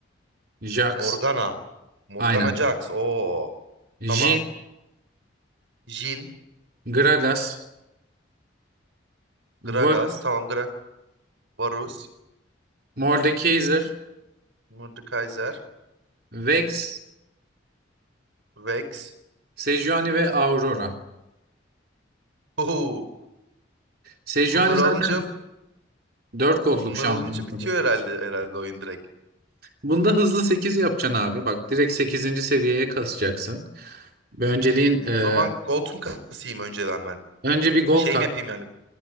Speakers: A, on the right (about 50°); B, on the right (about 80°).
A: Jax
B: Morgana. Morgana
A: aynen.
B: Jax. Oo. Tamam.
A: Jhin,
B: Jhin.
A: Gragas, Varus,
B: Gragas. Tamam Gra. Varus.
A: Mordekaiser
B: Mordekaiser.
A: Vex,
B: Vex.
A: Sejuani ve Aurora.
B: Oo.
A: Sejuani
B: Bunları
A: zaten
B: alınca
A: 4 gold'luk
B: Bunlar
A: şampiyon.
B: alınca bitiyor herhalde herhalde oyun direkt.
A: Bunda hızlı 8 yapacaksın abi. Bak direkt sekizinci seviyeye kasacaksın. Bir önceliğin e,
B: O zaman gold mu kasayım önceden ben?
A: önce bir gold
B: Şey
A: kat.
B: mi yapayım yani